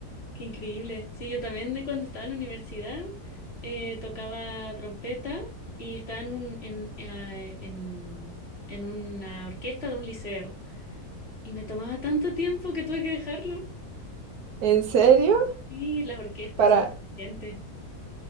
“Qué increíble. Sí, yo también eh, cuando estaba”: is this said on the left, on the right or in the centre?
Left